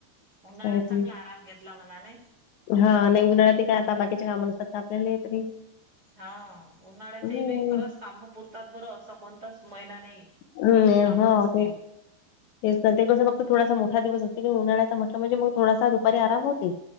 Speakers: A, on the right; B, on the left.
A: उन्हाळ्यात
B: सांगितलं.
A: चांगला आराम घेतला म्हणा नाही.
B: हा नाही उन्हाळ्यात ते काय आता बाकीच्या काम नसतात आपल्याला तरी.
A: हा उन्हाळ्यातही
B: हम्म
A: बी खरंच काम पुरतात बरं. असा कोणताच महिना नाही.
B: हम्
A: कि
B: नाही
A: काम नसतील
B: होते. तेच ते कसं फक्त थोडासा मोठा दिवस असते की नाही उन्हाळ्याचा म्हटल म्हणजे मग थोडासा दुपारी आराम होते.